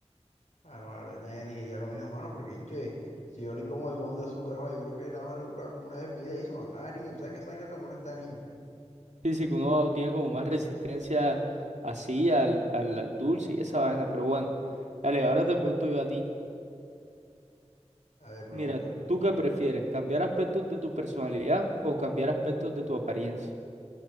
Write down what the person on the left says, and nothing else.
Claro, claro, yo también elegiría lo mismo, mano, porque che, si yo ni como algodón de azúcar, va, yo creo que nada más lo he probado como una vez en mi vida y eso cuando estaba niño. ¿Tú ¿Sabes qué es esa vaina cuando uno está niño?
A ver, pregúntame.